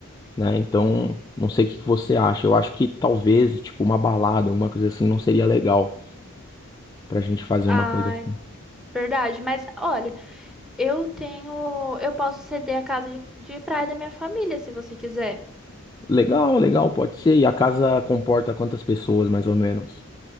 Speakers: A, on the left (about 15°); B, in the centre.
A: né? Então, não sei o que que você acha. Eu acho que talvez, tipo, uma balada, alguma coisa assim, não seria legal pra gente fazer
B: Ah,
A: uma coisa assim.
B: verdade. Mas olha, eu tenho, eu posso ceder a casa de, de praia da minha família, se você quiser.
A: Legal, legal, pode ser. E a casa comporta quantas pessoas, mais ou menos?